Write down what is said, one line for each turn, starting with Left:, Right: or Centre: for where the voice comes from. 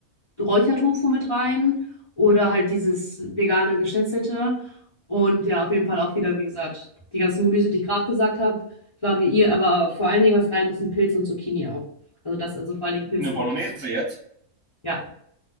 Left: Räuchertofu mit rein oder halt dieses vegane Geschnetzelte. Und ja, auf jeden Fall auch wieder, wie gesagt, die ganzen Gemüse, die ich gerade gesagt habe, variieren, aber vor allen Dingen, was rein muss, sind Pilze und Zucchini auch. Also das, also vor allen Dingen Pilze,
Right: Eine Bolognese jetzt?
Left: ja.